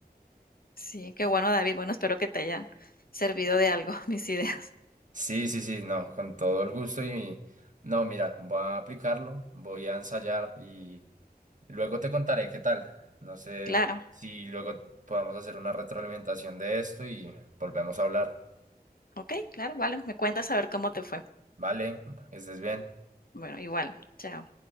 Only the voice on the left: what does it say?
Sí, qué bueno, David. Bueno, espero que te hayan servido de algo <laughs> mis ideas.
Claro,
ok, claro, vale. Me cuentas a ver cómo te fue.
Bueno, igual, chao.